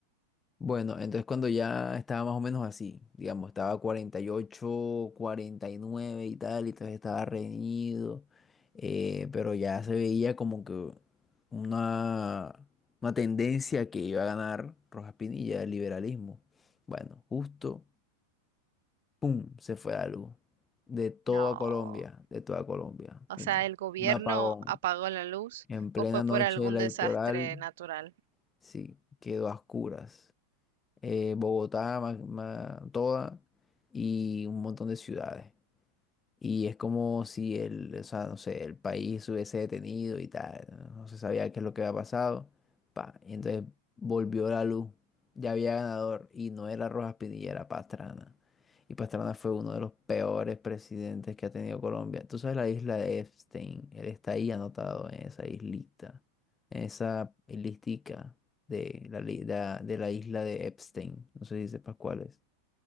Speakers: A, on the left; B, on the right.
A: Bueno, entonces cuando ya estaba más o menos así, digamos, estaba 48, 49 y nueve y tal, y entonces estaba reñido, eh, pero ya se veía como que una, una tendencia que iba a ganar Rojas Pinilla, el liberalismo. Bueno, justo, ¡pum!, se fue algo. De toda
B: No.
A: Colombia, de toda Colombia,
B: O
A: ¡pum!
B: sea, ¿el gobierno
A: Un apagón.
B: apagó la luz
A: En plena
B: o fue
A: noche
B: por algún
A: electoral,
B: desastre natural?
A: sí, quedó a oscuras eh, Bogotá, ma- ma- toda y un montón de ciudades. Y es como si el, o sea, no sé, el país hubiese detenido y tal, no No se sabía qué es lo que había pasado. Pa, y entonces volvió la luz, ya había ganador y no era Rojas Pinilla, era Pastrana. Y Pastrana fue uno de los peores presidentes que ha tenido Colombia. Tú sabes la isla de Epstein, él está ahí anotado en esa islita, en esa listica de la, li- da- de la isla de Epstein, no sé si sepas cuál es.